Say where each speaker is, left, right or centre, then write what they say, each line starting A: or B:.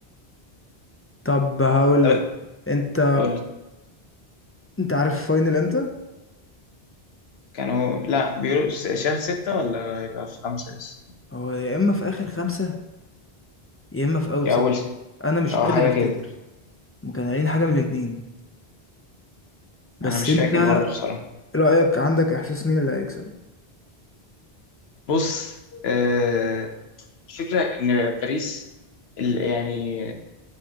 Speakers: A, on the left; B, on the left.
A: طب هقول
B: طب
A: لك انت
B: قول لي.
A: انت عارف الفاينل امتى
B: كانوا لا بيقولوا س- شهر ستة ولا هيبقى في خمسة لسه
A: هو يا اما في اخر خمسة يا اما في اول
B: يا
A: ستة
B: أول
A: انا مش
B: أو
A: قادر
B: حاجة
A: افتكر
B: كده
A: ما كانوا قايلين حاجه من الاتنين بس
B: أنا مش
A: انت
B: فاكر برضو بصراحة
A: رايك عندك احساس مين اللي هيكسب
B: بص آه، الفكرة إن باريس ال- يعني